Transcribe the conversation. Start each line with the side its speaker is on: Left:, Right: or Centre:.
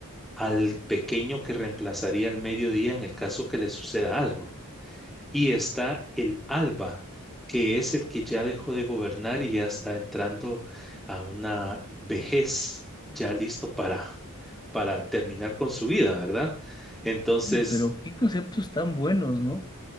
Centre: al pequeño que reemplazaría al mediodía en el caso que le suceda algo. Y está el alba, que es el que ya dejó de gobernar y ya está entrando a una vejez, ya listo para, para terminar con su vida, ¿verdad? Entonces,
Left: Oye, pero qué conceptos tan buenos, ¿no?